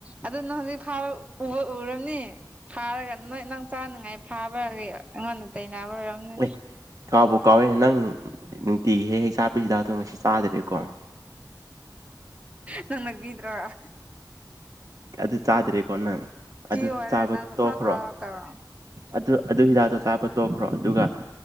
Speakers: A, on the right; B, on the right.
A: ꯑꯗꯨ ꯅꯪ ꯍꯧꯖꯤꯛ ꯐꯥꯎꯕ ꯎꯔꯕꯅꯤ <unintelligible> ꯐꯥꯔꯒ ꯅꯣꯏ ꯅꯪ ꯆꯥꯅꯤꯡꯉꯥꯏ ꯐꯥꯕꯒꯤ ꯑꯩꯉꯣꯟꯗ ꯇꯥꯏꯅꯕ ꯑꫭꯏꯔꯝꯅꯤ
B: ꯑꯦ ꯀꯥꯎꯕꯨ ꯀꯥꯎꯋꯦ ꯅꯪ ꯅꯨꯡꯇꯤꯒꯤ ꯍꯦꯛ ꯍꯦꯛ ꯆꯥꯕ ꯁꯤꯗꯥꯛꯇꫭ ꯉꯁꯤ ꯆꯥꯗ꯭ꯔꯦꯀꯣ
A: ꯅꯪꯒꯗ꯭ꯔꯥ <unintelligible>
B: ꯑꯗꯨ ꯆꯥꯗ꯭ꯔꯦꯀꯣ ꯅꯪ
A: ꯐꯤ
B: ꯑꯗꯨ
A: ꯑꯣꯏꯔꯦ
B: ꯆꯥꯕ
A: ꯅꯪ ꯁꯨꯡꯊꯥ
B: ꯇꯣꯛꯈ꯭ꯔꯣ
A: ꯊꯥꯔꯛꯇ꯭ꯔꫭ
B: ꯑꯗꯨ ꯑꯗꯨ ꯍꯤꯗꯥꯛꯇꯣ ꯆꯥꯕ ꯇꯣꯛꯈ꯭ꯔꯣ ꯑꯗꯨꯒ